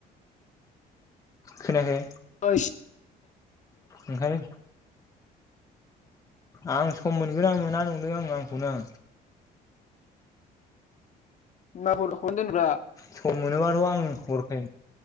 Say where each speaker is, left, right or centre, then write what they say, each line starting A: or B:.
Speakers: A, on the left; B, on the left.
A: खोनायाखै।
B: ओयस।
A: ओंखाय आं सम मोनगोन ना मोना नंदों आं आंखौनो आं।
B: होमबाबो हरनादोनब्रा।
A: सम मोनोबाथ' आं हरगोन